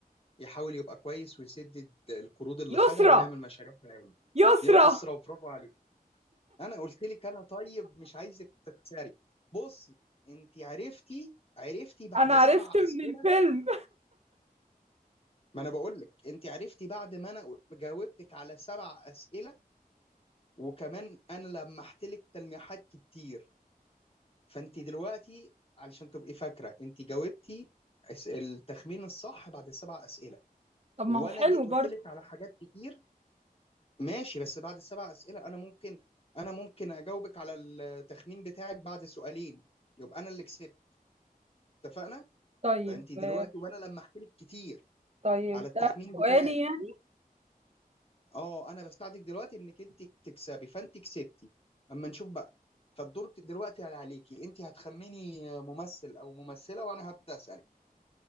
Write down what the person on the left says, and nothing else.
يحاول يبقى كويس ويسدد القروض اللي
خدها ويعمل مشاريع خيرية
يسرا برافو عليك أنا قلت لك أنا طيب مش عايزك تخسري بصي أنت عرفتي عرفتي بعد
سبع
أسئلة
ما أنا بقول لك أنت عرفتي بعد ما أنا جاوبتك على سبع أسئلة وكمان انا لمحت لك تلميحات كتير فانت دلوقتي علشان تبقي فاكره انت جاوبتي الس- التخمين الصح بعد السبع اسئله
وانا
جيت قلت
لك على حاجات كتير ماشي بس بعد السبع اسئله انا ممكن انا ممكن اجاوبك على التخمين بتاعك بعد سؤالين يبقى انا اللي كسبت اتفقنا
فانت دلوقتي
وانا لمحت لك كتير
على التخمين
بتاعي
اه انا بساعدك دلوقتي انك انت تكسبي فانت كسبتي اما نشوف بقى فالدور دلوقتي على عليكي انت هتخميني ممثل او ممثله وانا هبدا اسالك